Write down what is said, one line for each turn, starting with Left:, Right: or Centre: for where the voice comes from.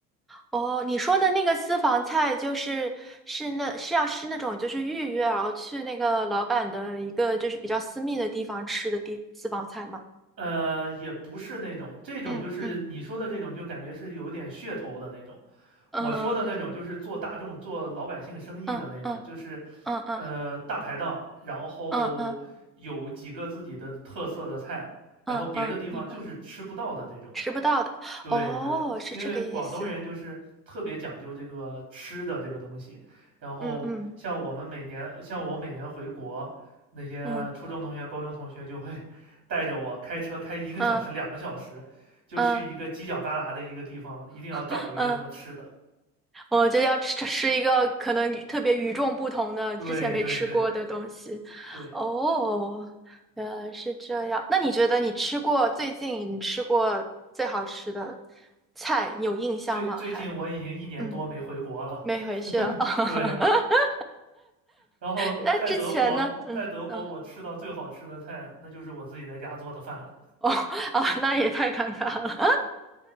Centre: 哦，你说的那个私房菜就是是那是要是那种就是预约，然后去那个老板的一个就是比较私密的地方吃的地私房菜吗？
Right: 呃，也不是那种，这种就是你说的这种，
Centre: 嗯嗯
Right: 就感觉是有点噱头的那种。
Centre: 嗯嗯
Right: 我说的那种就是做大众、做老百姓生意的那种，
Centre: 嗯嗯
Right: 就是，
Centre: 嗯
Right: 呃，大排档，然后有几个自己的特色的菜，
Centre: 嗯嗯
Right: 然后别的地方就是吃不到的这种的。
Centre: 嗯嗯，明白，吃不到的，
Right: 对对，
Centre: 哦，是这个意思。
Right: 因为广东人就是特别讲究这个吃的这个东西，然后像我们每年，
Centre: 嗯嗯
Right: 像我每年回国，那些初中同学、
Centre: 嗯
Right: 高中同学就会 <laughs> 带着我开车开一个小时、
Centre: 嗯
Right: 两个小时，就去一个犄角旮旯的一个地方，
Centre: 嗯
Right: 一定要找一个什么吃的。
Centre: 嗯我就要吃吃一个可能与特别与众不同的、
Right: 对对对
Centre: 之前没吃过的东西。
Right: 对，
Centre: 哦，原来是这样。那你觉得你吃过最近你吃过最好吃的菜，你有印象吗？
Right: 最最近我已经一年多没回国了。
Centre: 还嗯，没回去了。
Right: <laughs>
Centre: <laughs>
Right: 对，然后在德国，
Centre: 那之前呢？嗯，
Right: 在德国我吃到最好吃的菜，
Centre: 啊，
Right: 那就是我自己在家做的饭了。
Centre: 哦，啊，那也太尴尬了。